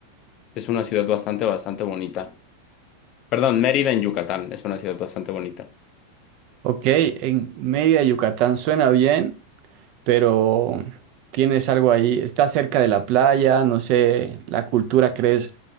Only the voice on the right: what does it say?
Ok, en Mérida, Yucatán, suena bien. pero tienes algo ahí, está cerca de la playa, no sé, la cultura crees